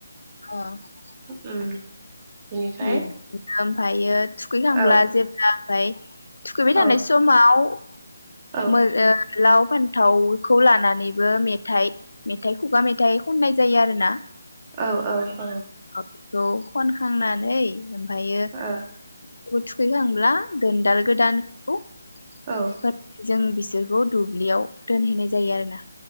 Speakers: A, on the left (about 80°); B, on the right (about 30°).
A: <inaudible>
B: उम। बिनिफ्राय
A: बिबदिनो ओमफ्रायो थुखैखांब्ला
B: औ
A: जेब्ला ओमफाय थुखैबाय
B: औ
A: थानाय समाव
B: औ
A: मो ओ लाव फान्थावखौ लानानैबो मेथाइ मेथाइ खुगा मेथाइ खननाय जायो आरोना।
B: औ औ औ।
A: बेखौ खनखांना नै ओमफायो
B: ओ औ
A: बेखौ थुखै खांब्ला दोनदाल गोदानखौ
B: औ
A: होद जों बि सोरखौ दुब्लियाव दोनहैनाय जायो आरो ना।